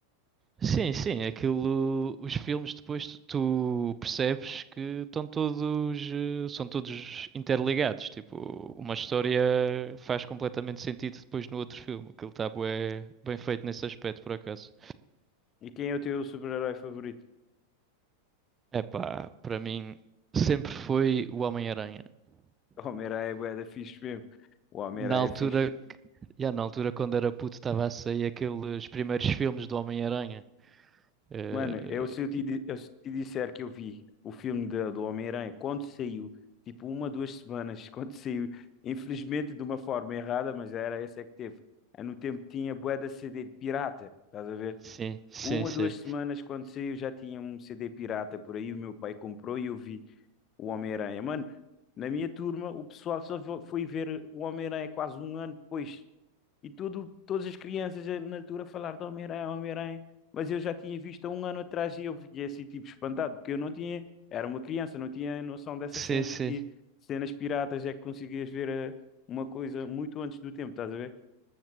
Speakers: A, on the right (about 20°); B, on the left (about 30°).
A: sim, sim, aquilo, os filmes depois tu, tu percebes que estão todos, eh, são todos interligados, tipo, uma história faz completamente sentido depois no outro filme, aquilo está bué, bem feito nesse aspecto, por acaso.
B: E quem é o teu super-herói favorito? <laughs>
A: Epá, para mim sempre foi o Homem-Aranha.
B: O Homem-Aranha é bué da fixe mesmo. O Homem-Aranha
A: Na altura,
B: é fixe.
A: já na altura quando era puto estava a sair aqueles primeiros filmes do Homem-Aranha. Eh,
B: Mano, eu se eu te, di- eu se te disser que eu vi o filme de- do Homem-Aranha quando saiu, tipo uma, duas semanas, <laughs> quando saiu, infelizmente de uma forma errada, mas era essa é que teve. Ah, No tempo tinha bué da CD de pirata, estás a ver?
A: Sim, sim,
B: Uma,
A: sim.
B: duas semanas quando saiu já tinha um CD pirata por aí, o meu pai comprou e eu vi o Homem-Aranha. Mano, na minha turma o pessoal só vo- foi ver o Homem-Aranha quase um ano depois e tudo, todas as crianças eh, na altura a falar de Homem-Aranha, Homem-Aranha, mas eu já tinha visto há um ano atrás e eu fiquei assim, tipo, espantado, porque eu não tinha, era uma criança, não tinha noção dessa
A: Sim,
B: cena,
A: sim.
B: que cenas piratas é que conseguias ver eh, uma coisa muito antes do tempo, estás a ver?